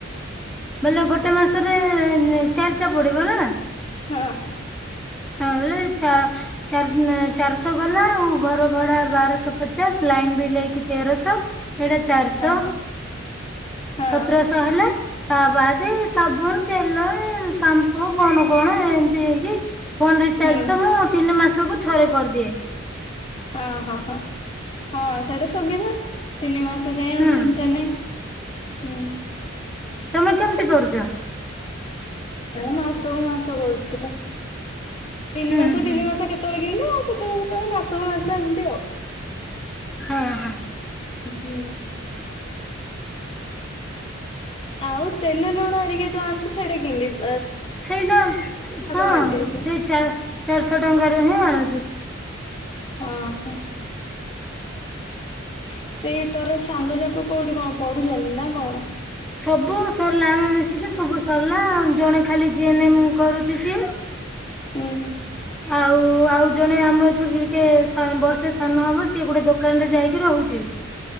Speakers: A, in the centre; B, on the left.
A: ମାନେ ଗୋଟେ ତ <unintelligible> ଏ ଚାରିଟା ପଡିବ ନା
B: ହଁ।
A: ହଁ ବୋଇଲେ ଚାର୍ - ଚାରି ଦିନ ଚାରିଶହ। ଗଲା ଆଉ ଘର ଭଡା ବାରଶହ ପଚାଶ ଲାଇନ ବିିଲେଇକି ତେରଶହ ଏଟା ଚାରିଶହ
B: ହଁ ହଁ। ହଁ
A: ସତରଶହ ହେଲା ତା ବାଦେ ତେଲ ଏ ଶାମ୍ପୁ କଣ କଣ ଏମତି ହେଇକି ଫୋନ ରିଚାର୍ଜ
B: ହୁଁ
A: ତ ମୁଁ ତିନି ମାସ ସବୁ ଥରେ କରିଦିଏ।
B: ଅ ହଁ ହଁ ହଁ ସେଇଟା ସୁବିଧା ତିନି ମାସ। ସେଥିପାଇଁ ଆଉ
A: ହୁଁ
B: ଚିନ୍ତା ନାହିଁ, ହୁଁ।
A: ତମେ କେମିତି କରୁଛ?
B: ମାସକୁ ମାସ କରୁଛି ତିନି
A: ହୁଁ
B: ମାସ
A: ହୁଁ
B: ତିନି ମାସ କେତେବେଳେ କିମିତି ଆଉ କେତେବେଳେଳେ ମାସ ସ ହଜ ଏତିଅ <unintelligible>
A: ହଁ ହଁ।
B: ହୁଁ। ଆଉ ତେଲ ଲୁଣ ଏରିକା ଯୋଉ ଆଣିଛୁ ସେଇଟା କିଣିକି।
A: ସେଇଟା ହଁ
B: ବାଣ୍ଟିଛୁ।
A: ସେଇ ଚାରିଶହ ଟଙ୍କ ର ହିଁ ଆଣୁ। ଆଜ <unintelligible>
B: ଓହୋ। ସେଇ ତୋର ସାଙ୍ଗ ଯାକ କୋଉଠି କଣ ପଢୁଛନ୍ତି ନା କଣ?
A: ସବୁ ସରିଲା ଆମେ ମିଶିକି ସବୁ ସରିଲୁ। ନା ଜଣେ ଖାଲି ଜି ଏନ୍ ଏମ୍ କରୁଛି ସିଏ।
B: ହୁଁ ହୁଁ।
A: ଆଉ ଆଉ ଜଣେ ଆମର ଛୋଟ ଟିକେ ବର୍ଷେ ସାନ ହବ ସିଏ ଗୋଟେ ଦୋକାନରେ ଯାଇକି ରହୁଛି।